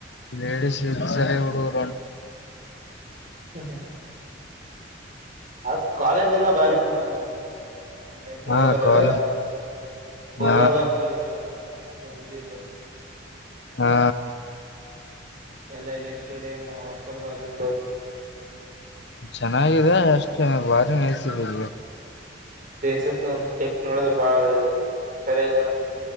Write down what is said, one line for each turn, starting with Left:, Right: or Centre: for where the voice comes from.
Left: ಲಡೀಸ್ ಇ ಸರ ಹಡುಗರು ಅಂಟ
Right: ಹ್ಮ್ ಹ್ಮ್ ಅದ ಕಾಲೇಜ್ ಎಲ್ಲಾ ಬಾರಿ ಮೇಡಮ್ ಒಂದ್ ಟೈಪ್ ನೋಡದ್ರ
Left: ಹಾ ಕಾಲ್
Right: ಎಲ್ಲ ಫುಲ್ಲ್
Left: ಹಾ
Right: ಫುಲ್ ಏನ ಅಷ್ಟೊಂದ ಇ ಇಲ್ಲ
Left: ಹಾ
Right: ಎಲ್ಲ ಇಲೆಕ್ ಸ್ಟೇಡಿಯಂ ಹಾಸ್ಟೆಲ್ ಬಾಜು
Left: ಚೆನ್ನಾಗಿದೆ ಅಷ್ಟೇ ಬಾರಿ ನಯಸಿದ
Right: ರೇಸ ಒ ಟೈಪ್ ನೋಡದು ಬಾಳ ಸರಿದ